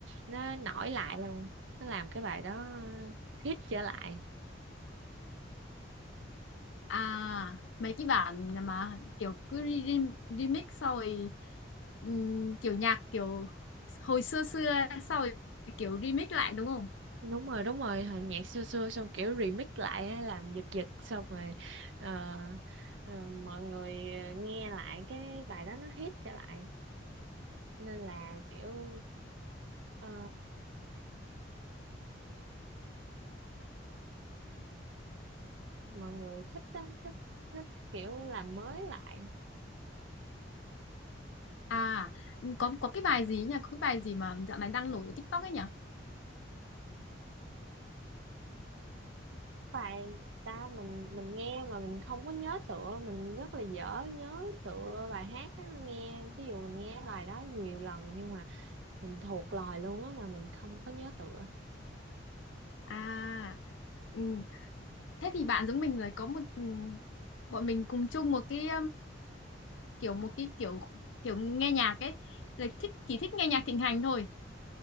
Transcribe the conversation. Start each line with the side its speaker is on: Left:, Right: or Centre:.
Right: nó nổi lại luôn nó làm cái bài đó hit trở lại
Left: à mấy cái bản mà kiểu cứ re- re- remix sau rồi ừm, kiểu nhạc kiểu hồi xưa xưa sau rồi kiểu remix lại đúng không
Right: đúng rồi đúng rồi hồi nhạc xưa xưa xong kiểu remix lại á, làm giật giật xong rồi ờ, ờ, mọi người nghe lại cái bài đó nó hit trở lại nên là kiểu ờ, mọi người thích á, thích thích kiểu làm mới lại
Left: à có có cái bài gì nhỉ có cái bài gì mà dạo này đang nổi ở TikTok ấy nhỉ
Right: bài ta mình mình nghe mà mình không có nhớ tựa mình rất là dở nhớ tựa bài hát á nghe thí dụ mình nghe bài đó nhiều lần nhưng mà mình thuộc lời luôn á mà mình không có nhớ tựa
Left: à ừm, thế thì bạn giống mình rồi có một ừm, bọn mình cùng chung một cái kiểu một cái kiểu kiểu nghe nhạc ấy là thích chỉ thích nghe nhạc thịnh hành thôi